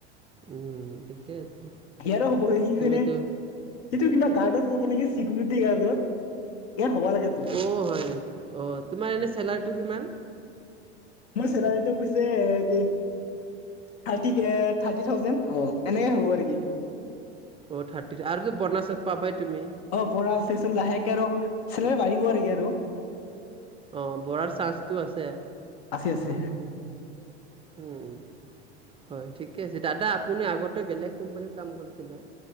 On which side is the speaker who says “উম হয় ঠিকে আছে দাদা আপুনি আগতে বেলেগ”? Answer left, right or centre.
Right